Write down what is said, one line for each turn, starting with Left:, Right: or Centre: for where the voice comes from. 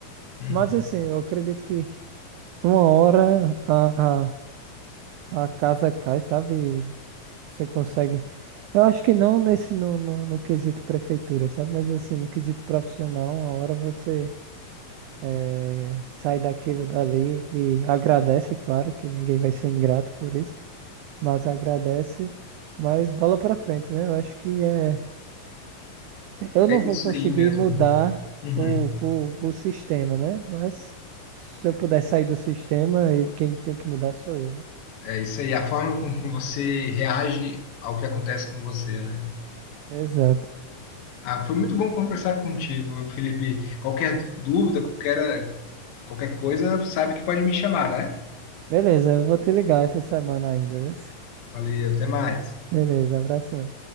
Left: Uhum.
Right: Mas assim, eu acredito que uma hora a A casa cai, sabe? Você consegue. Eu acho que não nesse no, no, no quesito prefeitura, sabe? Mas assim, no quesito profissional, uma hora você eh, sai daquilo dali e agradece, claro que ninguém vai ser ingrato por isso, mas agradece, mas bola pra frente, né? Eu acho que é. Eu
Left: É
Right: não
Left: isso
Right: vou conseguir
Left: aí mesmo.
Right: mudar
Left: Uhum.
Right: o, o, o sistema, né? Mas se eu puder sair do sistema, e quem tem que mudar sou eu, né?
Left: É isso aí, a forma com que você reage ao que acontece com você, né?
Right: Exato.
Left: Ah, foi muito bom conversar contigo, Felipe. Qualquer dúvida, qualquer, qualquer coisa, sabe que pode me chamar, né?
Right: Beleza, eu vou te ligar essa semana ainda, viu?
Left: Valeu, até mais.
Right: <laughs> Beleza, abração.